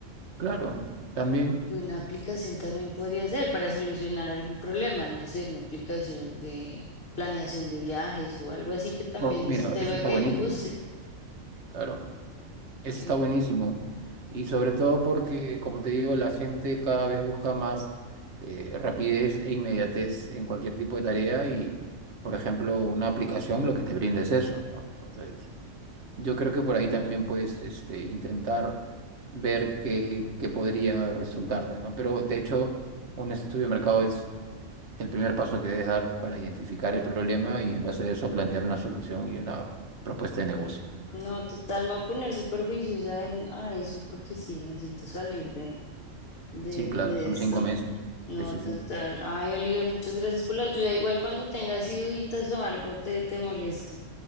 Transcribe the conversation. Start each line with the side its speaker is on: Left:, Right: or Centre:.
Right: claro, también,
Left: Porque una aplicación también podría ser para solucionar algún problema, no sé, una aplicación de planeación de viajes o algo así que también
Right: por- mira,
Left: es un tema
Right: eso está
Left: que
Right: buenísimo,
Left: me guste.
Right: claro, eso
Left: Eh,
Right: está buenísimo, y sobre todo porque, como te digo, la gente cada vez busca más eh, rapidez e inmediatez en cualquier tipo de tarea y, por ejemplo, una aplicación lo que te brinda es eso, ¿no? Entonces... Yo creo que por ahí también puedes este, intentar ver qué, qué podría resultarte, ¿no? Pero de hecho, un estudio de mercado es el primer paso que debes dar para identificar el problema y en base a eso plantear una solución y una propuesta de negocio.
Left: No, total, me va a poner súper juiciosa en, a eso porque sí, necesito salir de, de
Right: Sí, claro,
Left: de
Right: son
Left: esto.
Right: cinco meses.
Left: No,
Right: Sí, sí,
Left: total.
Right: sí.
Left: Ay, Oliver, muchas gracias por la ayuda. Igual cuando tengas así duditas o algo, te, te molesto.